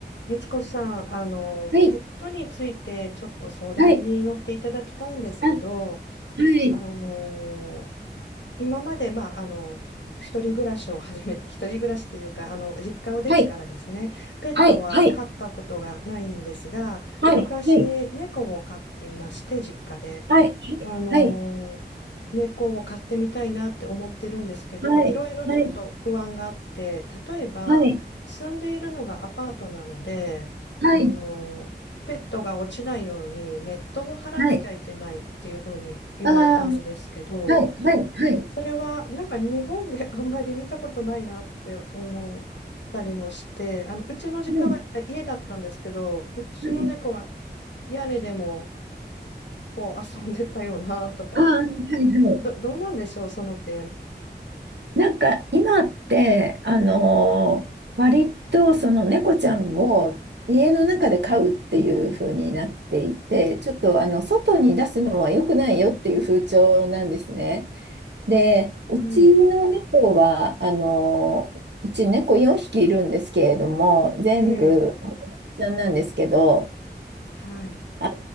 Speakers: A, on the left; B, on the right.
A: 律子さん、あの、
B: はい、
A: ペットについてちょっと相談に乗っていただきたいんですけど、
B: はい、あ、はい、
A: あの、今まで、まあ、あの、一人暮らしを始めて、一人暮らしというか、あの、実家を出てからですね、
B: はい、
A: ペットは飼ったことがないんですが、
B: はい、はい、はい、
A: 昔、
B: はい、
A: 猫を飼っていまして、実家で。
B: はい、
A: あのー猫を飼ってみたいなって思ってるんですけど、
B: はい、
A: いろいろちょっと不安があって、
B: はい、
A: 例えば住んでいるのがアパートなので、
B: はい、はい、
A: あのーペットが落ちないようにネットを張らなきゃいけないっていうふうに言われたんですけど、
B: はい、はいああ、はい、はい、はい、は
A: それはなんか日本で <laughs> あんまり見たことないなって思ったりもして、あのうちの実家はあ家だったんですけど、
B: い、
A: うちの猫は
B: はい、
A: 屋根でもこう遊んでたよなとか。
B: ああ、はい、はい。
A: ど、どうなんでしょう、その点。
B: なんか今って、あのー割とその猫ちゃんを家の中で飼うっていう風になっていて、ちょっとあの外に出すのは良くないよっていう風潮なんですね。で、
A: あ、
B: うちの猫は、
A: はい。
B: あの、うち猫4匹いるんですけれども、全部、
A: ええ、
B: 保護猫ちゃんなんですけど、
A: はい。
B: あ